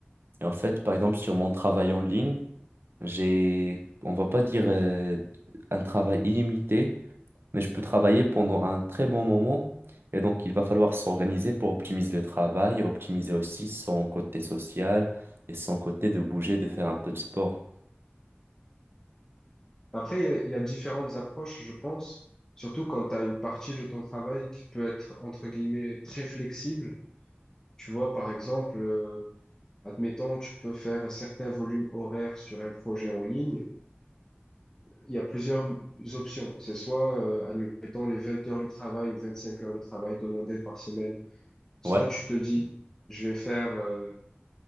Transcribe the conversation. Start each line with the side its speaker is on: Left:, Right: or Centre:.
Right: Et en fait, par exemple, sur mon travail en ligne, j'ai, on va pas dire euh, un travail illimité, mais je peux travailler pendant un très bon moment. Et donc, il va falloir s'organiser pour optimiser le travail, optimiser aussi son côté social et son côté de bouger, de faire un peu de sport.
Left: Après, il y a il y a différentes approches, je pense, surtout quand tu as une partie de ton travail qui peut être, entre guillemets, très flexible. Tu vois, par exemple, euh, admettons, tu peux faire un certain volume horaire sur un projet en ligne il y a plusieurs options. C'est soit, euh, admettons, les 20 heures de travail ou 25 heures de travail demandées par semaine. Soit
Right: Ouais,
Left: tu te dis, je vais faire euh,